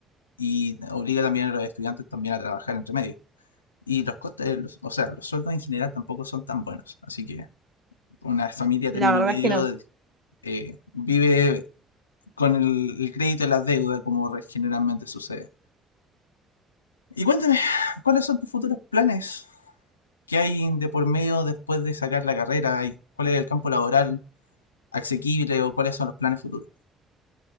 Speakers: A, on the left; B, on the right.
A: y obliga también a los estudiantes también a trabajar entre medio. Y los costes, los- o sea, los sueldos en general tampoco son tan buenos. Así que una familia término
B: la verdad
A: medio
B: es que no.
A: eh, vive con el, el crédito y la deuda como re- generalmente sucede. Y cuéntame, ¿cuáles son tus futuros planes? ¿Qué hay de por medio después de sacar la carrera? ¿Y ¿Cuál es el campo laboral asequible o cuáles son los planes futuros?